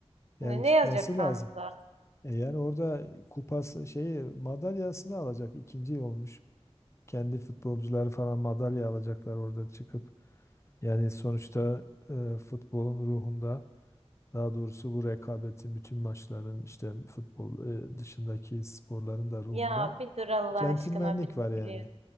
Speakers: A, on the left (about 25°); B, on the right (about 75°).
A: yani
B: Ne ne
A: çıkması
B: yazacak kanunda?
A: lazım. E yani orada kupası şeyi madalyasını alacak ikinci olmuş. Kendi futbolcuları falan madalya alacaklar orada çıkıp. Yani sonuçta e, futbolun ruhunda daha doğrusu bu rekabetin bütün maçların işte futbol e, dışındaki sporların da ruhunda
B: Ya bir dur Allah
A: centilmenlik
B: aşkına bir
A: var yani.
B: dur